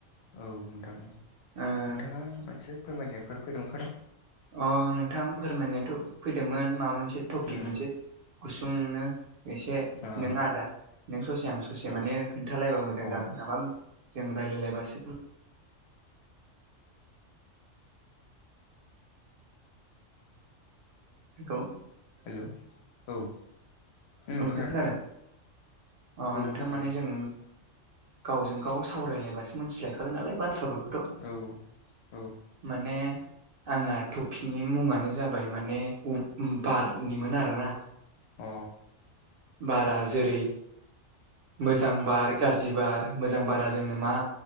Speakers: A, on the left; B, on the right.
A: औ नोंथां नोंथाङा
B: ओ
A: मोनसे फोरमायनायफोर फैदोंमोन खदा <unintelligible>
B: अ नोंथां फोरमायनोथ' फैदोंमोन माबा मोनसे टपिक
A: उम
B: मोनसे गुसुंनो एसे
A: अ
B: नों आदा नों ससे आं ससे
A: ओ
B: माने खोन्थालायबा मोजां
A: अ
B: जागोन नामा जों रायलायलायबासो खौ <inaudible>
A: हेल' औ उम
B: औ नोंथां खोनादों
A: बिथां
B: अ
A: औ
B: नोंथां
A: खोनादों
B: माने जों गावजों गाव सावरायलायबासो मिथिलायखागोन नालाय बाथ्राफोरखौ
A: औ औ
B: माने आंना तपिगनि मुङानो जाबाय माने उ बारनिमोन आरो ना
A: अ
B: बारा जेरै मोजां बार गाज्रि बार मोजां बारा जोंनो मा